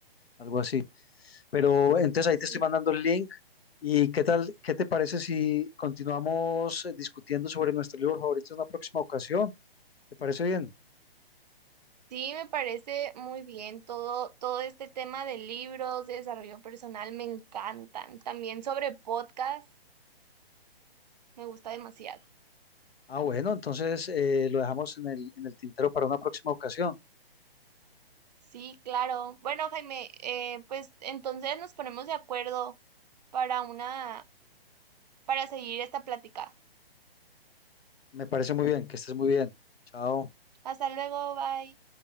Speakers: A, on the left (about 75°); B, on the right (about 45°).
A: algo así. Pero entonces ahí
B: Sí.
A: te estoy mandando el link. ¿Y qué tal, qué te parece si continuamos eh, discutiendo sobre nuestro libro favorito en una próxima ocasión? ¿Te parece bien?
B: Sí, me parece muy bien todo, todo este tema de libros, de desarrollo personal, me encantan. También sobre podcast, me gusta demasiado.
A: Ah, bueno, entonces eh, lo dejamos en el, en el tintero para una próxima ocasión.
B: Sí, claro. Bueno, Jaime, eh, pues entonces nos ponemos de acuerdo para una, para seguir esta plática.
A: Me parece muy bien, que estés muy bien. Chao.
B: Hasta luego, bye.